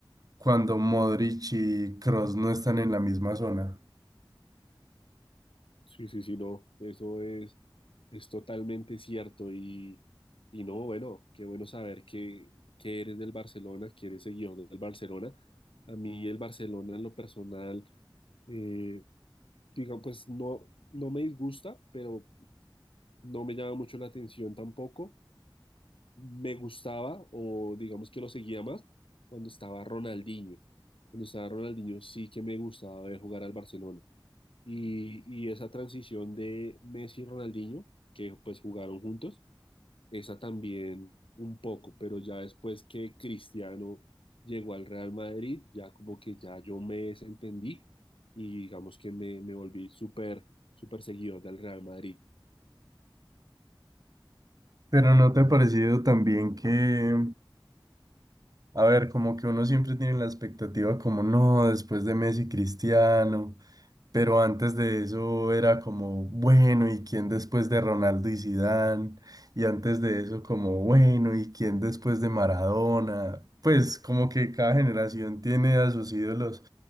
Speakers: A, on the right; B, on the left.
A: cuando Modric y Cross no están en la misma zona.
B: Sí, sí, sí, no, eso es, es totalmente cierto y, y no, bueno, qué bueno saber que, que eres del Barcelona, que eres seguidor del Barcelona. A mí el Barcelona en lo personal, eh, digamos, pues no, no me disgusta, pero no me llama mucho la atención tampoco. Me gustaba, o digamos que lo seguía más, cuando estaba Ronaldinho. Cuando estaba Ronaldinho sí que me gustaba ver jugar al Barcelona. Y, y esa transición de Messi y Ronaldinho, que pues jugaron juntos, esa también un poco, pero ya después que Cristiano llegó al Real Madrid, ya como que ya yo me desentendí y digamos que me, me volví súper, súper seguidor del Real Madrid.
A: Pero ¿no te ha parecido también que... A ver, como que uno siempre tiene la expectativa como no, después de Messi Cristiano, pero antes de eso era como bueno, ¿y quién después de Ronaldo y Zidane? Y antes de eso como bueno, ¿y quién después de Maradona? Pues como que cada generación tiene a sus ídolos,